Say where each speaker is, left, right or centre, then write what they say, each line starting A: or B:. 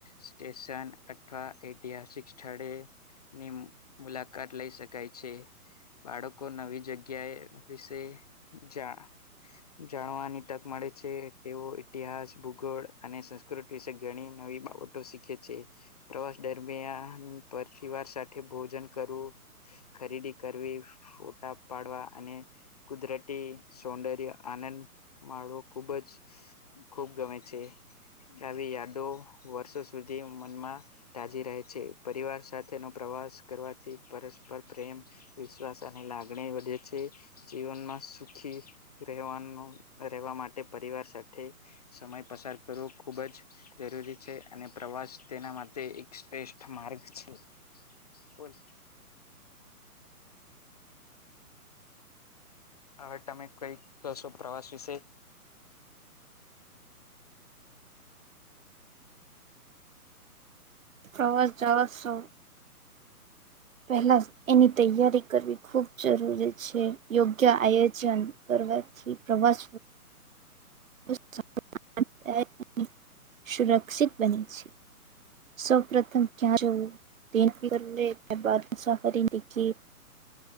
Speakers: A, on the left; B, on the right.
A: સ્ટેશન, અ અથવા ઐતિહાસિક સ્થળેની મુલાકાત લઈ શકાય છે. બાળકો નવી જગ્યાએ વિશે જા જાણવાની તક મળે છે તેઓ ઇતિહાસ, ભૂગોળ અને સંસ્કૃતિ વિશે ઘણી નવી બાબત તો શીખે છે, પ્રવાસ દરમિયાન પરિવાર સાથે ભોજન કરવું. ખરીદી કરવી ફોટા પાડવા અને કુદરતી સૌંદર્ય, આનંદ માળવો ખુબ જ, ખૂબ ગમે છે આવી યાદો વર્ષો સુધી મનમાં, તાજી રહે છે પરિવાર સાથેનો પ્રવાસ કરવાથી પરસ્પર પ્રેમ, વિશ્વાસ અને લાગણી વધે છે, જીવનમાં સુખી, રહેવાનો રહેવા માટે પરિવાર સાથે સમય પસાર કરવો ખૂબ જ, જરૂરી છે અને પ્રવાસ તેના માટે એક શ્રેષ્ઠ માર્ગ છે. બોલ હવે તમે કઈક કશો પ્રવાસ વિશે.
B: પ્રવાસ જવાસો, પહેલા એની તૈયારી કરવી ખૂબ જરૂરી છે યોગ્ય આ યોજન કરવાથી પ્રવાસ, વધુ <unintelligible> સુરક્ષિત બને છે. સૌપ્રથમ ક્યાં જો દ <unintelligible> કર બાદ મુસાફરી લખી.